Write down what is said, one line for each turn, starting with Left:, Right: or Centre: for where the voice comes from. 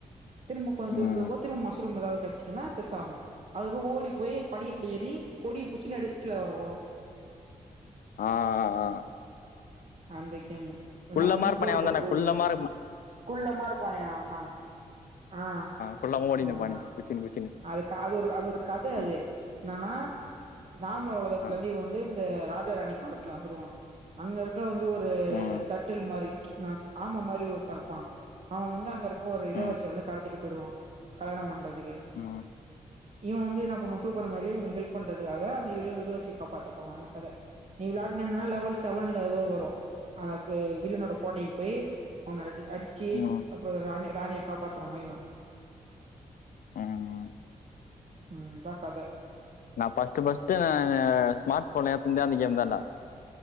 Right: திரும்ப கொஞ்ச தூரத்துல
Left: ம்
Right: போக திரும்ப மஸ்ரூம்தாவது கிச்சதுன்னா பெருசாவு அதுக்கப்பற ஓடி போய் படிக்கட்டுல ஏறி கொடி பூச்சின்னு எத்துனு கீழ வருவோ
Left: ஆ ஆ
Right: அந்த கேமு என்னா
Left: குள்ளமா
Right: அப்பறமா
Left: இருப்பானே
Right: போட்டுப்பாரு
Left: அவந்தான
Right: கூகுள்
Left: குள்ளமா இருப்பா
Right: குள்ளமா இருப்பானே அவந்தா ஆ
Left: குள்ளமா ஓடினு
Right: அவந்தா
Left: இருப்பானே குச்சின்னு குச்சின்னு
Right: அது க அது ஒரு அது ஒரு கதை
Left: ஆ
Right: அது என்னன்னா நார்மல் உலகத்துல
Left: ஆ
Right: இருந்து இவ வந்து ராஜா ராணி காலத்துல வந்துருவா அங்க இருக்க வந்து ஒரு
Left: ம்
Right: தட் தட்டுல் மாரி ஆமமாரி ஒருத்தருப்பா அவ வந்து அங்கருக்க ஒரு இளவரசிய
Left: ம்
Right: வந்து கடத்திட்டு போடுவா கல்யண பண்றதுக்கு
Left: ஆமா
Right: இவ வந்து என்ன பண்ணுவா சூப்பர் மரியோ இவுங்களுக்கு ஹெப் பண்றதுகாக அந்த இளவரசிய காப்பாத்தப்போவா அந்த கதை நீ விளையாட்டே இருந்தனா லெவல் செவன்ல தோ வரும் அ வில்லனோட கோட்டைக்கு போய் அவன அடி அடிச்சு
Left: ம்
Right: அப்பற ராணி ராணிய காப்பாத்துற மாரி வரு
Left: ம்ம்
Right: ம்ம் இதா கத
Left: நா ஃபர்ஸ்ட் ஃபர்ஸ்ட் நா ஸ்மார்ட் போன் ல எத்துனதே அந்த கேம் தான்டா